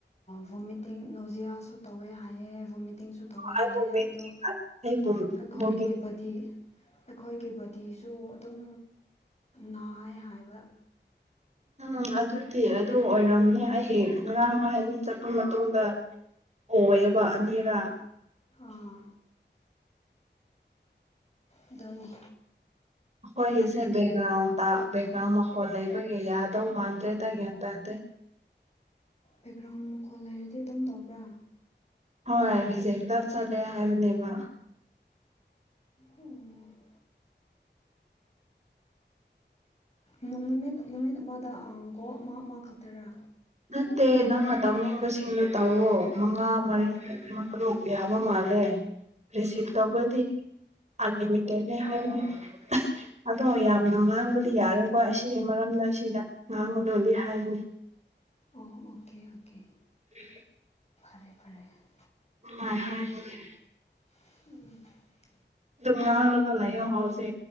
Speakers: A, on the left; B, on the right.
A: ꯚꯣꯃꯤꯇꯤꯡ ꯅꯣꯖꯤꯌꯥꯁꯨ ꯇꯧꯋꯦ ꯍꯥꯏꯌꯦ ꯃꯤꯇꯤꯡꯁꯨ ꯇꯧꯋꯦ
B: ꯑꯩ
A: ꯍꯥꯏꯌꯦ
B: ꯃꯣꯃꯦꯟꯇꯤ
A: ꯑꯗꯣ
B: ꯑꯩꯕꯨ
A: ꯑꯩꯈꯣꯏꯒꯤ
B: ꯚꯣꯃꯤꯠ
A: ꯗꯤ ꯑꯩꯈꯣꯏꯒꯤ ꯕꯣꯗꯤꯁꯨ ꯑꯗꯨꯝ ꯅꯥꯏ ꯍꯥꯏꯕ
B: ꯎꯝ ꯑꯗꯨꯗꯤ ꯑꯗꯨ ꯑꯣꯏꯔꯝꯅꯤ ꯑꯩ ꯉꯔꯥꯡ ꯑꯃꯥꯏ ꯑꯅꯤ ꯆꯠꯄ ꯃꯇꯨꯡꯗ ꯑꯣꯌꯦꯕ ꯑꯅꯤꯔꯛ
A: ꯑꯥ ꯗꯨꯅꯤ
B: ꯑꯩꯈꯣꯏꯒꯤꯁꯦ ꯕꯦꯛꯒ꯭ꯔꯥꯎꯟꯗ ꯕꯦꯛꯒ꯭ꯔꯥꯎꯟ ꯃꯈꯣꯜ ꯂꯩꯕꯒꯤ ꯌꯥꯗꯧ ꯃꯥꯟꯗ꯭ꯔꯦꯗ ꯒ꯭ꯌꯥꯟ ꯇꯗꯦ
A: ꯕꯦꯛꯒ꯭ꯔꯥꯎꯟ ꯃꯈꯣꯜ ꯂꯩꯔꯗꯤ ꯑꯗꯨꯝ ꯇꯧꯕ꯭ꯔꯥ
B: ꯍꯣꯏ ꯔꯤꯖꯦꯛꯇ ꯆꯠꯂꯦ ꯍꯥꯏꯕꯅꯦꯕ
A: ꯎꯝ ꯅꯨꯃꯤꯠ ꯅꯨꯃꯤꯠ ꯑꯃꯗ ꯑꯀꯣ ꯑꯃ ꯑꯃ ꯈꯛꯇꯔꯥ
B: ꯅꯠꯇꯦ ꯅꯪꯅ ꯇꯧꯅꯤꯡꯕꯁꯤꯡꯗꯨ ꯇꯧꯋꯣ ꯃꯉꯥ ꯃꯔꯤ ꯇꯔꯨꯛ ꯌꯥꯕ ꯃꯥꯜꯂꯦ ꯔꯤꯁꯤꯚ ꯇꯧꯕꯗꯤ
A: ꯑꯣ
B: ꯑꯟꯂꯤꯃꯤꯇꯦꯠꯅꯦ ꯍꯥꯏꯕꯅꯤ ꯑꯗꯣ ꯌꯥꯝꯅ ꯉꯥꯡꯕꯗꯤ ꯌꯥꯔꯦꯀꯣꯏ ꯑꯁꯤꯒꯤ ꯃꯔꯝꯅ ꯁꯤꯗ ꯉꯥꯡꯒꯅꯣꯗꯤ ꯍꯥꯏꯕꯅꯤ
A: ꯑꯣ ꯑꯣꯀꯦ ꯑꯣꯀꯦ
B: <unintelligible>
A: <unintelligible>
B: <unintelligible>
A: <inaudible>
B: ꯑꯗꯨꯝꯅ ꯂ ꯂꯩ ꯑꯣ ꯍꯥꯎꯁꯦ